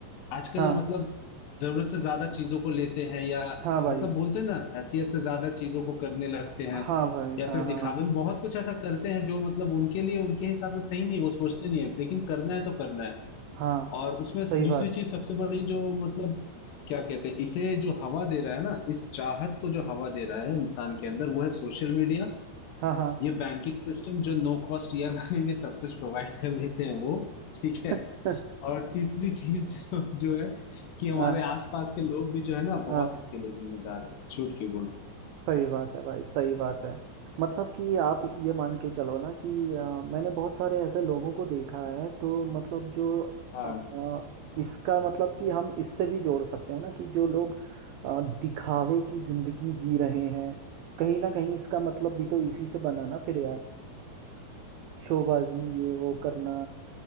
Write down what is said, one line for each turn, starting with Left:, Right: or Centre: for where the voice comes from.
Left: आजकल
Right: हाँ
Left: मतलब जरूरत से ज्यादा चीजों को लेते हैं या
Right: हाँ भाई
Left: मतलब बोलते हैं ना हैसियत से ज्यादा चीजों को करने लगते हैं
Right: हाँ भाई
Left: या
Right: हाँ
Left: फिर
Right: हाँ
Left: दिखावे में बहुत कुछ ऐसा करते हैं जो मतलब उनके लिए उनके हिसाब से सही नहीं वो सोचते नहीं है लेकिन करना है तो करना है
Right: हाँ
Left: और उसमें
Right: सही
Left: दूसरी
Right: बात
Left: चीज सबसे बड़ी जो मतलब क्या कहते हैं इसे जो हवा दे रहा है ना इस चाहत को जो हवा दे रहा है इंसान के अंदर वो है सोशल मीडिया
Right: हाँ हाँ
Left: ये बैंकिंग सिस्टम जो नो कॉस्ट ईएमआई <laughs> में सब कुछ प्रोवाइड कर देते हैं वो ठीक है
Right: <laughs>
Left: और तीसरी चीज <laughs> जो, जो है कि हमारे
Right: हाँ
Left: आसपास के लोग भी जो है ना बहुत
Right: हाँ
Left: इसके लिए जिम्मेदार है छूट की बोलो
Right: सही बात है भाई सही बात है मतलब कि आप ये मान के चलो ना कि अ, मैंने बहुत सारे ऐसे लोगों को देखा है तो मतलब जो
Left: हाँ
Right: अ, इसका मतलब कि हम इससे भी जोड़ सकते हैं ना कि जो लोग अ, दिखावे की जिंदगी जी रहे हैं कहीं ना कहीं इसका मतलब भी तो इसी से बना ना फिर यार शोबाजी ये वो करना